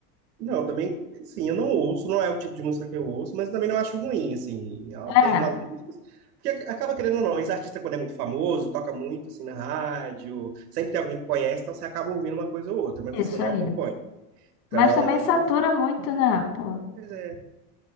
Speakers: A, on the right; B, on the left.
A: Não, também, sim, eu não ouço, não é o tipo de música que eu ouço, mas também não acho ruim, assim. Ela
B: É.
A: tem umas músicas. Porque acaba querendo ou não, esse artista, quando é muito famoso, toca muito, assim, na rádio, sempre tem alguém que conhece, então você acaba ouvindo uma coisa ou outra, mas,
B: Isso
A: assim, eu não
B: aí.
A: acompanho. Então,
B: Mas também satura
A: mas,
B: muito, né? Pô.
A: pois é,